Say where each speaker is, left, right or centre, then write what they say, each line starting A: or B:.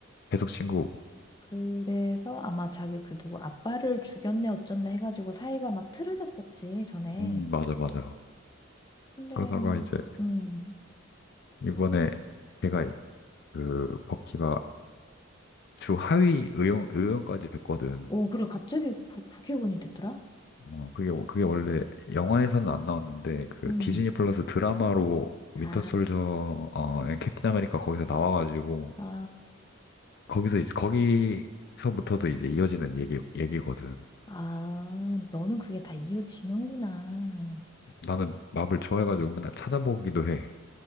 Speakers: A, on the left; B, on the left.
A: 계속 친구고.
B: 그래서 아마 자기 그 누구 아빠를 죽였네 어쩌네 해가지고 사이가 막 틀어졌었지, 전에.
A: 음, 맞아, 맞아.
B: 근데,
A: 그러다가 이제
B: 음.
A: 이번에 걔가 그 버키가 주 하위 의원 의원까지 됐거든.
B: 오, 그래, 갑자기 국- 국회의원이 됐더라?
A: 어, 그게 그게 원래 영화에서는 안 나왔는데 그
B: 음.
A: 디즈니 플러스 드라마로 윈터
B: 아,
A: 솔저 어 캡틴 아메리카 거기서 나와가지고
B: 아,
A: 거기서 이제 거기서부터도 이제 이어지는 얘기 얘기거든.
B: 아, 너는 그게 다 이어지는구나.
A: 나는 마블 좋아해가지고 맨날 찾아보기도 해.